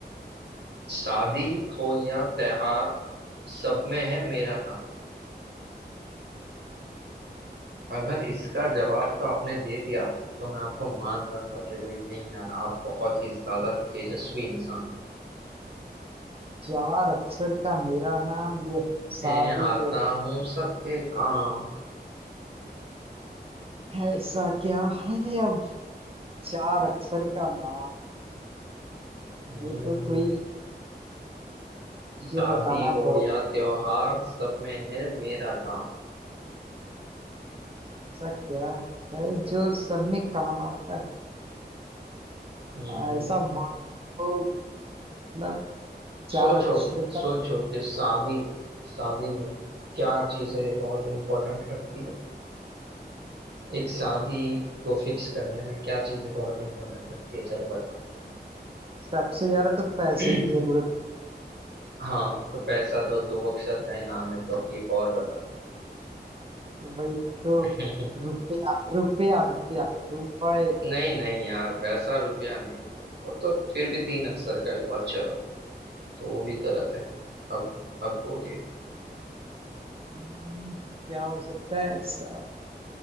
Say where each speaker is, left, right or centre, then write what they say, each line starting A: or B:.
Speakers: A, on the right; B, on the right.
A: शादी हो या त्योहार सब में है मेरा काम अगर इसका जवाब तो आपने दे दिया तो मैं आपको मान जाऊंगा कि भाई नहीं यार आप बहुत ही ज्यादा तेजस्वी इंसान
B: चार अक्षर का मेरा नाम ये साबित
A: मैं आता
B: हो
A: हूँ सबके काम
B: ऐसा क्या है अब चार अक्षर का नाम
A: हम्म
B: ये तो कोई
A: शादी
B: ये बताना
A: हो
B: बहुत
A: या त्योहार सब में है मेरा काम
B: ऐसा क्या है जो सब में काम आता
A: हम्म
B: है ऐसा वर्ड हो मतलब चार
A: सोचो
B: अक्षर का
A: सोचो कि शादी शादी में क्या चीजें बहुत इंपॉर्टेंट रखती है एक शादी को फिक्स करने में क्या चीजें बहुत इंपॉर्टेंट रखती है चलो बताओ
B: सबसे ज्यादा तो पैसे
A: <clears throat>
B: की जरूरत
A: हाँ तो पैसा तो दो अक्षर का ही नाम है तो अब एक और बता
B: वही तो
A: <laughs>
B: रुपया रुपया रुपया रुपए
A: नहीं नहीं यार पैसा रुपया नहीं यार वो तो फिर भी तीन अक्षर का हुआ चलो तो वो भी गलत है अब अब बोलिए
B: हम्म, क्या हो सकता है ऐसा